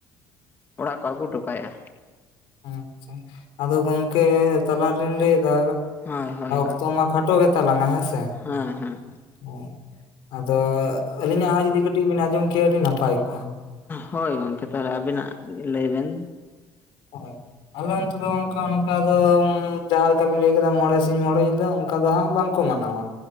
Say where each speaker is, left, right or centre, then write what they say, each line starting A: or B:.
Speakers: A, on the left (about 25°); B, on the left (about 80°).
A: ᱚᱲᱟᱜ ᱠᱚ ᱟᱹᱜᱩ ᱦᱚᱴᱚ ᱠᱟᱭᱟ᱾
B: ᱦᱮᱸ ᱟᱪᱪᱷᱟ ᱟᱫᱚ ᱜᱚᱢᱠᱮ ᱛᱟᱞᱟ ᱨᱤᱱ ᱞᱟᱭᱫᱟ
A: ᱦᱳᱭ ᱦᱳᱭ ᱦᱳᱭ
B: <unintelligible> ᱠᱷᱟᱴᱚ ᱜᱮ ᱛᱟᱞᱟᱝᱼᱟ <unintelligible>
A: ᱦᱮᱸ ᱦᱮᱸ᱾
B: <unintelligible> ᱟᱫᱚ ᱟᱹᱞᱤᱧᱟᱜ ᱦᱚᱸ ᱡᱩᱫᱤ ᱠᱟᱹᱴᱤᱡ ᱵᱮᱱ ᱟᱸᱡᱚᱢ ᱠᱮᱭᱟ ᱟᱹᱰᱤ ᱱᱟᱯᱟᱭ ᱠᱚᱜᱼᱟ᱾
A: ᱦᱳᱭ ᱜᱚᱝᱠᱮ ᱛᱟᱦᱚᱞᱮ ᱟᱵᱤᱱᱟᱜ ᱞᱟᱹᱭ ᱵᱮᱱ᱾
B: ᱦᱳᱭ᱾ ᱟᱞᱮ ᱚᱱᱛᱮ ᱫᱚ ᱚᱱᱠᱟ ᱚᱱᱠᱟ ᱫᱚ ᱡᱟᱦᱟᱸ ᱞᱮᱠᱟ ᱵ ᱞᱟᱹᱭ ᱠᱮᱫᱟ ᱢᱚᱬᱮ ᱥᱤᱧ ᱢᱚᱬᱮ ᱧᱤᱫᱟᱹ ᱚᱱᱠᱟ ᱫᱚ ᱦᱟᱸᱜ ᱵᱟᱝ᱾ ᱠᱚ ᱢᱟᱱᱟᱣᱟ᱾